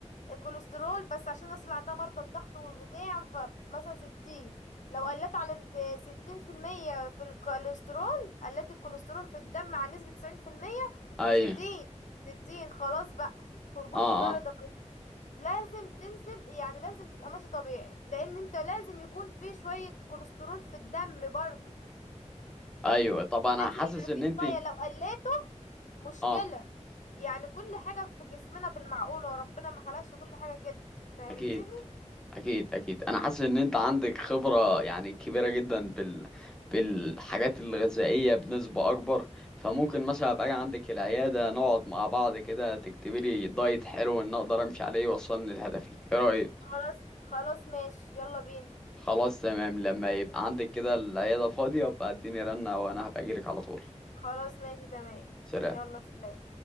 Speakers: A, on the left; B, in the centre.
A: الكوليسترول بس عشان الناس اللي عندها مرضى الضغط والبتاع فمثلا 60 لو قلت عن 60% في المية في الكوليسترول قلت الكوليسترول في الدم عن نسبة 90%
B: ايوه
A: 60 60 خلاص بقى هبوط
B: اه
A: في الدورة
B: اه
A: الدموية لازم تنزل يعني لازم تبقى ماشي طبيعي لان انت لازم يكون في شوية كوليسترول في الدم برضو
B: ايوه طب انا
A: لازم
B: حاسس
A: يبقى
B: ان
A: في
B: انت
A: شوية لو قلت مشكلة
B: اه
A: يعني كل حاجة في جسمنا بالمعقولة وربنا ما خلقش كل حاجة كده فهمتني
B: اكيد اكيد اكيد انا حاسس ان انت عندك خبره يعني كبيره جدا بال بالحاجات الغذائيه بنسبه اكبر فممكن مثلا ابقى أجي عندك العياده نقعد مع بعض كده تكتبي لي دايت حلو ان اقدر امشي عليه يوصلني لهدفي ايه رايك
A: خلاص خلاص ماشي يلا بينا
B: خلاص تمام لما يبقى عندك كده العياده فاضيه ابقى اديني رنه وانا هبقى اجيلك على طول
A: خلاص ماشي تمام
B: سلام
A: يلا سلام